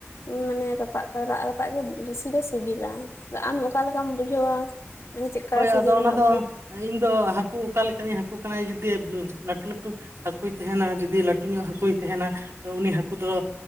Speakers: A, on the left (about 75°); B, on the right (about 75°).
A: ᱢᱟᱱᱮ ᱨᱟᱯᱟᱜ ᱨᱟᱜᱼᱨᱟᱯᱟᱜ ᱜᱮ ᱵᱤᱥᱤ ᱫᱚ ᱥᱤᱵᱤᱞᱟ᱾ ᱟᱢ ᱚᱠᱟ ᱞᱮᱠᱟᱢ ᱵᱩᱡᱷᱟᱹᱣᱟ, ᱢᱟᱱᱮ ᱪᱮᱫᱠᱟ
B: ᱦᱳᱭ ᱟᱫᱚ
A: ᱥᱤᱵᱤᱞ
B: ᱚᱱᱟ
A: ᱢᱮ
B: ᱫᱚ
A: <inaudible>
B: ᱤᱧ ᱫᱚ ᱦᱟᱹᱠᱩ ᱚᱠᱟ ᱞᱮᱠᱟᱱᱤᱡ ᱦᱟᱹᱠᱩ ᱠᱟᱱᱟᱭ ᱡᱩᱫᱤ ᱞᱟᱹᱴᱩ ᱞᱟᱹᱴᱩ ᱦᱟᱹᱠᱩᱭ ᱛᱟᱦᱮᱱᱟ ᱡᱩᱫᱤ ᱞᱟᱹᱴᱩ ᱧᱚᱜ ᱦᱟᱹᱠᱩᱭ ᱛᱟᱦᱮᱱᱟ ᱛᱚ ᱩᱱᱤ ᱦᱟᱹᱠᱩ ᱫᱚ